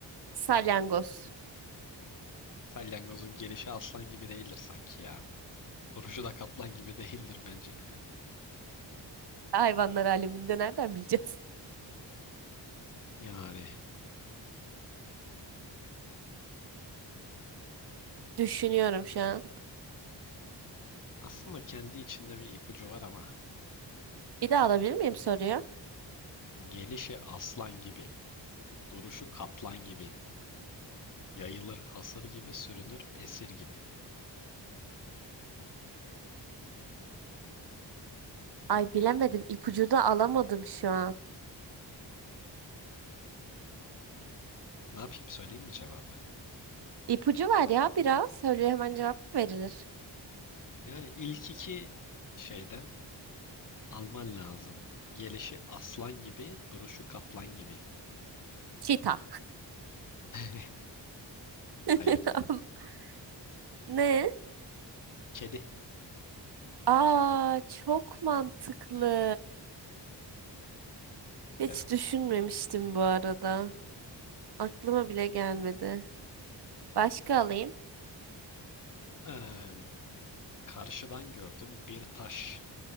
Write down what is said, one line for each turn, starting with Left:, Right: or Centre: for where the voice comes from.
Right: salyangoz.
Left: Salyangozun gelişi aslan gibi değildir sanki ya. Duruşu da kaplan gibi değildir bence.
Right: Hayvanlar aleminde nereden bileceğiz?
Left: Yani
Right: Düşünüyorum şu an.
Left: aslında kendi içinde bir ipucu var ama
Right: Bir daha alabilir miyim soruyu?
Left: gelişi aslan gibi, duruşu kaplan gibi, yayılır hasır gibi, sürünür esir gibi.
Right: Ay bilemedim.
Left: Yani
Right: İpucu da alamadım şu an.
Left: ne yapayım söyleyeyim mi cevabı?
Right: İpucu var ya biraz. Söyle hemen cevap mı verilir?
Left: Yani ilk iki şeyden alman lazım. Gelişi aslan gibi, duruşu kaplan gibi.
Right: Çita.
Left: <laughs>
Right: <laughs>
Left: Hayır,
Right: Ne?
Left: kedi.
Right: Aa çok mantıklı. Hiç
Left: Evet.
Right: düşünmemiştim bu arada. Aklıma bile gelmedi. Başka alayım.
Left: Eee, karşıdan gördüm bir taş.